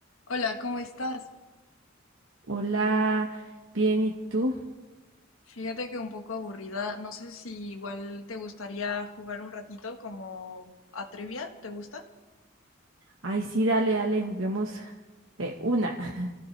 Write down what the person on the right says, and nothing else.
Hola, bien, ¿y tú?
Ay, sí, dale, dale, juguemos de una. <laughs>